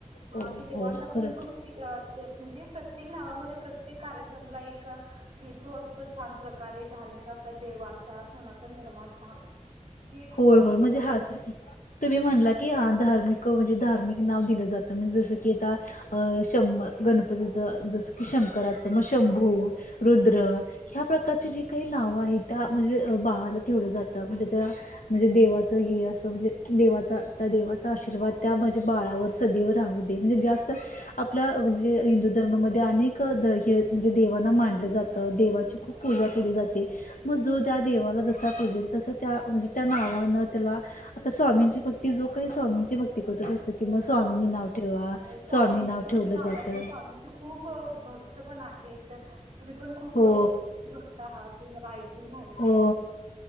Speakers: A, on the right; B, on the left.
A: हा
B: हो
A: असं देवांचा
B: हो
A: पण
B: खरंच
A: फ्रू ती अ... त म्हणजे प्रत्येक नावामध्ये प्रत्येक कार्यक्रमला एक हे तो असत छान प्रकारे, धार्मिक आपल्या देवाचा सनातन धर्माचा, हे खूपच
B: होय होय म्हणजे हातस. तुम्ही म्हणला की, हा धार्मिक म्हणजे धार्मिक नाव दिलं जातं. म्हणजे जसं की आता, अ... शंभ गणपतीच जसं की, शंकराचं मग शंभू रुद्र. ह्या प्रकारची जी काही नावं आहेत. त्या म्हणजे बाळाला ठेवलं जातं. म्हणजे त्या, म्हणजे देवाचं हे असं, म्हणजे की देवाचा त्या देवाचा आशीर्वाद त्या माजे बाळावर, सदैव राहू दे. म्हणजे जास्त आपला म्हणजे, हिंदू धर्मामध्ये अनेक द हे, म्हणजे देवाना मांनलं जातं, देवाची खूप पूजा केली जाते. मग जो त्या देवाला जसा पुजेल तसा त्या म्हणजे, त्या नावानं त्याला, आता स्वामींची भक्ती जो काही स्वामींची भक्ती करतोत.
A: हो
B: कि मग स्वामीनी नाव ठेवा,
A: स्वामींची
B: स्वामी नाव
A: पण
B: ठेवलं
A: खूप
B: जातं.
A: आहेत आणि स्वामींची खूप भक्त पण आहेत. तुम्ही पण खूप
B: हो
A: मोठ्यासे बघता आहात, ते मला ऐकून माहिती
B: हो
A: आहे.